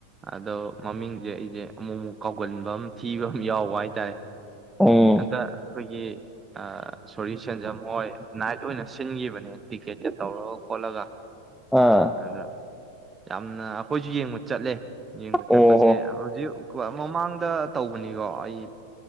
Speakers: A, on the right (about 20°); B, in the centre.
A: ꯑꯗꯣ ꯃꯃꯤꯡꯁꯦ ꯑꯩꯖꯦ ꯑꯃꯨꯛ ꯑꯃꯨꯛ ꯀꯥꯎꯒꯟꯕ ꯑꯃ ꯊꯤꯕ ꯑꯃ ꯌꯥꯎꯕ ꯍꯥꯏꯇꯥꯔꯦ
B: ꯑꯣ
A: ꯑꯥꯗ ꯑꯩꯈꯣꯏꯒꯤ ꯁꯣꯔꯤ ꯁꯦꯟꯖꯝ ꯍꯣꯏ ꯅꯥꯏꯠ ꯑꯣꯏꯅ ꯁꯤꯟꯈꯤꯕꯅꯦ ꯇꯤꯀꯦꯠꯀ ꯇꯧꯔꯒ ꯈꯣꯠꯂꯒ
B: ꯑꯥ
A: ꯑꯗ ꯌꯥꯝꯅ ꯑꯩꯈꯣꯏꯁꯨ ꯌꯦꯡꯕ ꯆꯠꯂꯦ ꯌꯦꯡꯕ ꯆꯠꯄꯁꯦ
B: ꯑꯣ ꯍꯣ
A: ꯍꯧꯖꯤꯛ ꯃꯃꯥꯡꯗ ꯇꯧꯕꯅꯤꯀꯣ ꯑꯩ